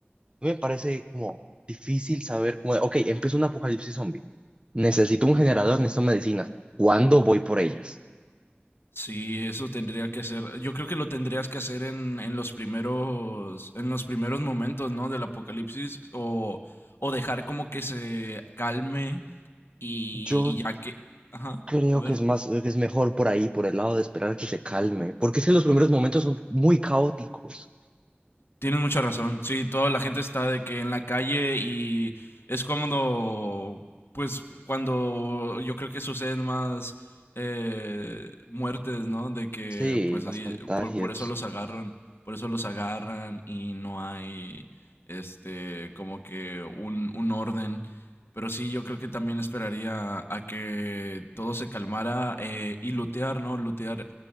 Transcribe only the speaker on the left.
Sí, eso tendría que ser. Yo creo que lo tendrías que hacer en, en los primeros, en los primeros momentos, ¿no? Del apocalipsis. O, o dejar como que se calme y,
y ya que. Ajá.
A ver.
Tienes mucha razón. Sí, toda la gente está de que en la calle y es cuando, pues, cuando yo creo que suceden más eh, muertes, ¿no? De que,
pues,
ahí,
por, por eso los agarran, por eso los agarran y no hay, este, como que un, un orden. Pero sí, yo creo que también esperaría a que todo se calmara eh, y lootear, ¿no? Lootear